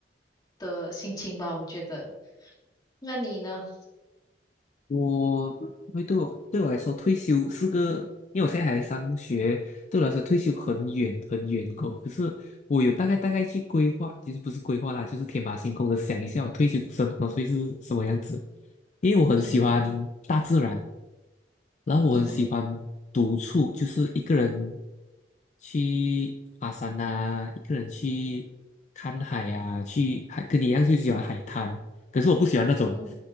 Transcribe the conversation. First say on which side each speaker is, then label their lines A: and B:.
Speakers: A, on the left; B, on the left.
A: 的心情吧，我觉得。那你呢？
B: 我会对我对我来说，退休是个，因为我现在还上学，对我来说退休很远很远过。可是我有大概大概去规划，其实不是规划啦，就是天马行空的想一下我退休生活会是什么样子。因为我很喜欢大自然，
A: 嗯
B: 然后我很喜欢独处，
A: 嗯哼，
B: 就是一个人去爬山啊，一个人去看海啊，去海跟你一样就喜欢海滩。可是我不喜欢那种。
A: 嗯